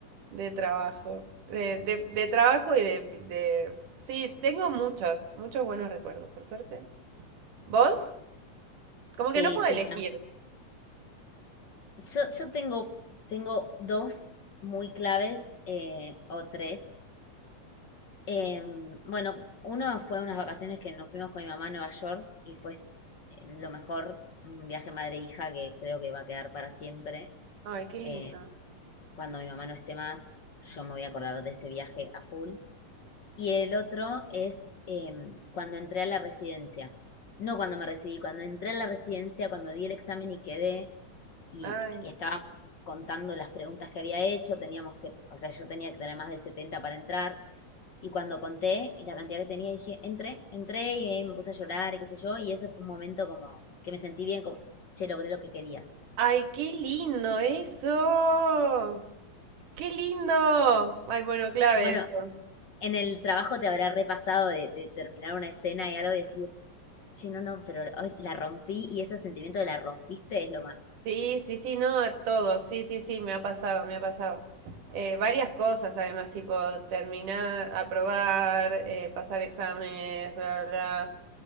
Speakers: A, on the right; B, on the left.
A: de trabajo. De, de, de trabajo y de, de. Sí, tengo muchos, muchos buenos recuerdos, por suerte. ¿Vos? Como que
B: Sí,
A: no puedo
B: sí,
A: elegir.
B: Yo, yo tengo, tengo dos muy claves eh, o tres. Eh, bueno, uno fue unas vacaciones que nos fuimos con mi mamá a Nueva York y fue eh, lo mejor, un viaje madre-hija que creo que va a quedar para siempre.
A: Ay, qué lindo.
B: Eh, cuando mi mamá no esté más, yo me voy a acordar de ese viaje a full. Y el otro es em, cuando entré a la residencia. No cuando me recibí, cuando entré a la residencia, cuando di el examen y quedé, y,
A: Ay.
B: y estábamos contando las preguntas que había hecho, teníamos que, o sea, yo tenía que tener más de 70 para entrar, y cuando conté y la cantidad que tenía, dije, entré, entré y me puse a llorar y qué sé yo, y ese fue un momento como que me sentí bien, como, che, logré lo que quería.
A: Ay, qué lindo eso. Qué lindo. Ay, bueno, clave
B: Bueno,
A: eso.
B: en el trabajo te habrá repasado de, de terminar una escena y algo y decir, che, no, no, pero ay, la rompí y ese sentimiento de la rompiste es lo más.
A: Sí, sí, sí, no, a todos, sí, sí, sí, me ha pasado, me ha pasado. Eh, varias cosas además, tipo terminar, aprobar, eh, pasar exámenes, bla, bla, bla.